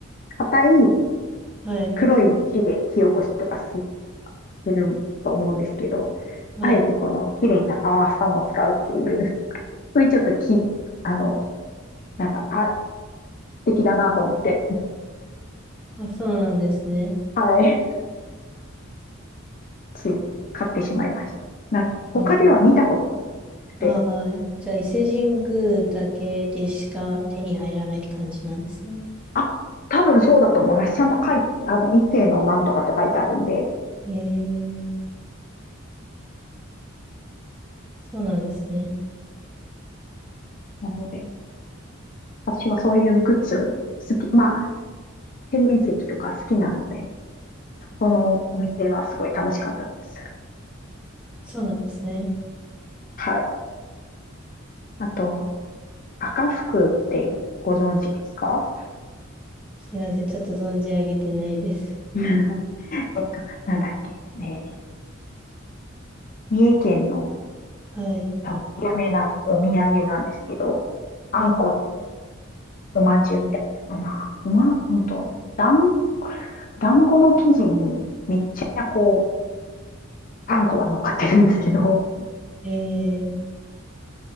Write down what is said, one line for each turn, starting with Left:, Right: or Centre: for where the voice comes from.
Left: 硬い
Centre: はい。
Left: 黒い石で火起こしとかすると思うんですけど、
Centre: はい。
Left: あえてこの綺麗なパワーストーンを使うっていう、そういうちょっとき、あの、なんか、あ、素敵だなと思って、
Centre: あ、そうなんですね。
Left: はい、つい買ってしまいました。なんか、他では見たことがなくて、
Centre: うん。ああ、じゃあ伊勢神宮だけでしか手に入らないって感じなんですね。
Left: あ、多分そうだと思います。ちゃんと書いて、あと一世のなんとかって書いてあるんで、
Centre: ええ、そうなんですね。
Left: なので、私はそういうグッズ好き、まあ、天然石とか好きなので、そこのお店はすごい楽しかったです。
Centre: そうなんですね。
Left: はい。あと、赤福ってご存知ですか
Centre: すいません。ちょっと存じ上げてないです。
Left: うん。<laughs> えっと、なんだっけ、えー三重県の
Centre: はい。
Left: 多分有名なお土産なんですけど、あんこの
Centre: あ、
Left: おまんじゅうみたいな、まあ、おまん、うんと、団、団子の生地にめっちゃこう、あんこが乗っかってるんですけど、
Centre: ええ、